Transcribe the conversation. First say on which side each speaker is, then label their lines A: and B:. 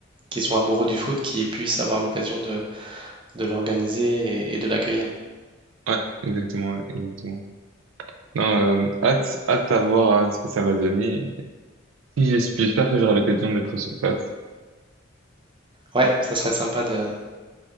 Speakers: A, on the right; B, on the right.
A: qui sont amoureux du foot qui puissent avoir l'occasion de de l'organiser et, et de l'accueillir.
B: Ouais, exactement, ouais, exactement. Non, euh, hâte, hâte à voir euh, ce que ça va donner. Si, j'es- J'espère que j'aurai l'occasion d'être sur place.
A: Ouais, ça serait sympa de,